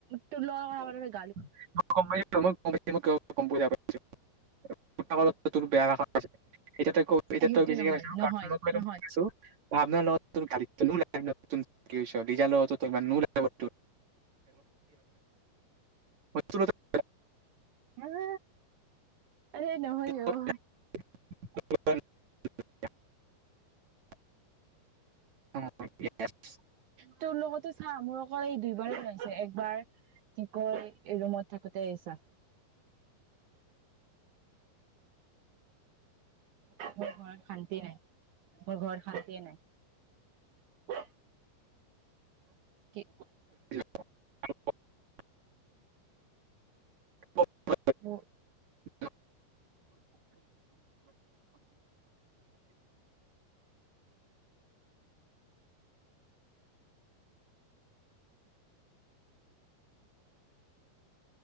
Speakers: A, on the right; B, on the right.
A: তোৰলগত <inaudible>
B: ক প <unintelligible> তোৰ বেয়া ভাষা এতিয়া
A: সেইটো
B: তই বেচিকে
A: নহয়
B: পাইছো
A: নহয়
B: কাৰছো <unintelligible>
A: নহয়
B: আপোনাৰ লগজাৰ লগ <unintelligible> হৈছে টোৰ
A: উম আৰে নহয়
B: তোৰ
A: অ
B: <unintelligible> হেল্ল'
A: তোৰ লগতো চা মোৰ অকল এই দুইবাৰ লৈছে একবাৰ কি কয় ৰুমত থাকোতে আহিছা মোৰ ঘৰত শান্তি নাই মোৰ ঘৰত শান্তিয়ে নাই কি
B: অ অ
A: উ
B: উ